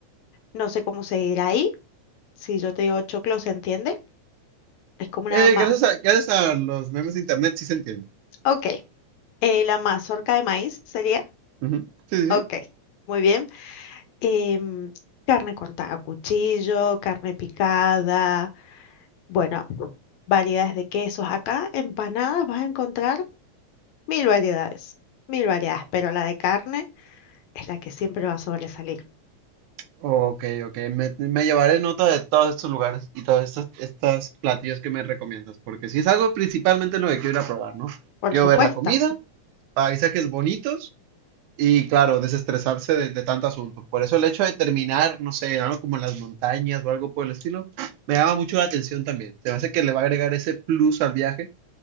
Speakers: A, on the left; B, on the right.
A: no sé cómo se dirá ahí. Si yo te digo choclo, ¿se entiende? Es como una
B: Eh,
A: ma...
B: gracias a, gracias a los memes de internet sí se entiende.
A: Ok. eh, la mazorca de maíz sería.
B: Ujú. Sí, sí,
A: Ok.
B: sí.
A: Muy bien. em, carne cortada a cuchillo, carne picada Bueno, variedades de quesos. Acá, empanadas, vas a encontrar mil variedades, mil variedades, pero la de carne es la que siempre va a sobresalir.
B: Ok, ok. Me, me llevaré nota de todos estos lugares y todas estas, estas platillos que me recomiendas, porque si es algo principalmente lo que quiero ir a probar, ¿no?
A: Por
B: Quiero
A: supuesto,
B: ver la comida, paisajes bonitos y, claro, desestresarse de, de tanto asunto. Por eso el hecho de terminar, no sé, algo como en las montañas o algo por el estilo, me llama mucho la atención también. Se me hace que le va a agregar ese plus al viaje